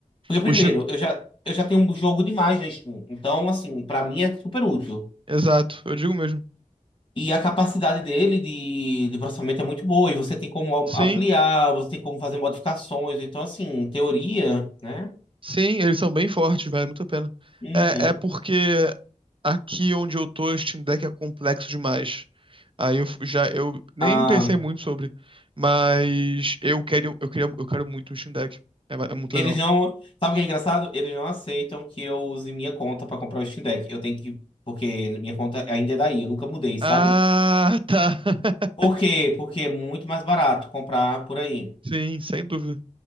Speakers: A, on the left; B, on the right.
A: porque primeiro,
B: O Steam...
A: eu já, eu já tenho um jogo demais na Steam. Então, assim, pra mim é super útil.
B: Exato, eu digo mesmo.
A: E a capacidade dele de, de processamento é muito boa, e você tem como am-
B: Sim,
A: ampliar, você tem como fazer modificações. Então, assim, em teoria, né?
B: sim, eles são bem fortes, vale muito a pena.
A: Uhum.
B: É, é porque aqui onde eu tô, o Steam Deck é complexo demais. Aí eu f- já eu nem
A: Ah,
B: pensei muito sobre, mas eu quero eu queria eu quero muito o Steam Deck. É, ba- é muito
A: Eles
B: legal.
A: não. Sabe o que é engraçado? Eles não aceitam que eu use minha conta pra comprar o Steam Deck. Eu tenho que. Porque minha conta ainda é daí, eu nunca mudei, sabe?
B: Ah, tá. <laughs>
A: Por quê? Porque é muito mais barato comprar por aí.
B: Sim, sem dúvida.